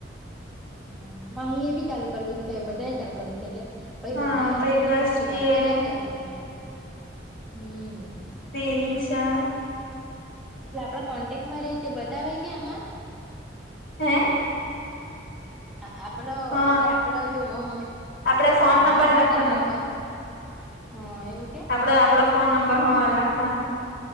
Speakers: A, in the centre; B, on the left.
A: હ માહી એ બી ચાલુ કરેલું છે બધા એ ચાલુ કરેલું છે એટલે પઈ
B: હા
A: બધા હાથે
B: પછી દ્રષ્ટિએ
A: હું કે વાત કર્યા કરવાની એમ હમ
B: ફનીિશા
A: એટલે આપડા કોન્ટેક્ટ માં રતે બતાવેય કે આમાં
B: હે
A: હ આપડો
B: હા
A: એટલે આપડ જો મા
B: આપડે ફોન નંબર
A: મારામાં
B: લખવાનો
A: તારો નંબર હ એવું કે્યા
B: આપડો આપડો ફોન નંબર હ લખવાનો